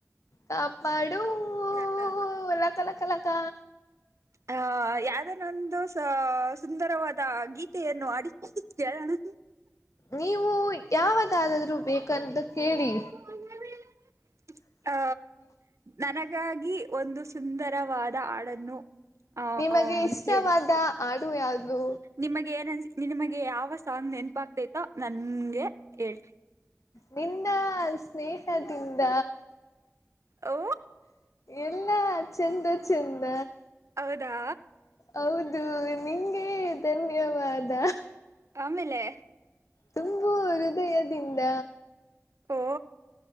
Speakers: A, on the left; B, on the right.
A: ಕಾಪಾಡು
B: ಇಲ್ಲ ಇಲ್ಲ <inaudible>
A: ಹ ಎಲ್ಲತಲ್ಲಕ್ಕಲತ
B: ಆ ಯಾವ್ದನೊಂದು ಸುಂದರವಾದ ಗೀತೆಯನ್ನು ಹಾಡಿ ಹೇಳಣ್ಣ
A: ನೀವು ಯಾವದಾದಾದ್ರು ಬೇಕಂತ ಕೇಳಿ
B: ಹ್ಮ ಅ ನನಗಾಗಿ ಒಂದು ಸುಂದರವಾದ ಹಾಡನ್ನು ಆ
A: ನಿಮಗೆ ಇಷ್ಟವಾದ
B: ಹೇಳಿ
A: ಹಾಡು ಯಾವುದು
B: ನಿಮಗೆ ಏನನ್ ನಿಮಗೆ ಯಾವ ಸನ್ ನೆನಪಾಗಗ್ತೈತೋ ನನ್ಗೆ ಹೇಳರೀ
A: ನಿನ್ನಾ ಸ್ನೇಹ ದಿಂದ
B: ಓ
A: ಎಲ್ಲ ಚೆಂದ ಚೆಂದ
B: ಹೌದಾ
A: ಹೌದು ನಿಂಗೆ ಧನ್ಯವಾದ
B: ಆಮೇಲೆ
A: ತುಂಬ ಹೃದಯದಿಂದ
B: ಓ